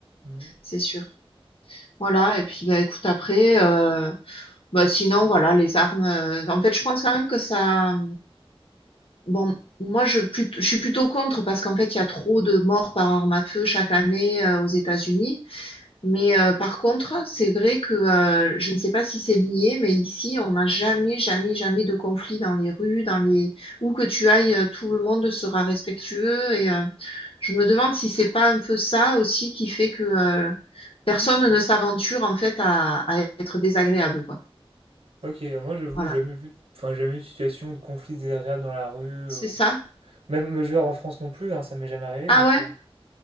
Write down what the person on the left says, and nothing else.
c'est sûr. Voilà et puis bah écoute après, euh, bah sinon voilà les armes. euh, en fait, je pense quand même que ça. Bon, moi je plut- je suis plutôt contre parce qu'en fait il y a trop de morts par arme à feu chaque année euh, aux États-Unis. Mais euh, par contre, c'est vrai que euh, je ne sais pas si c'est lié, mais ici, on n'a jamais, jamais, jamais de conflit dans les rues, dans les où que tu ailles, euh, tout le monde sera respectueux. Et euh, je me demande si c'est pas un peu ça aussi qui fait que euh, personne ne s'aventure en fait à, à être désagréable, quoi.
Voilà,
c'est
ça.
Ah
ouais.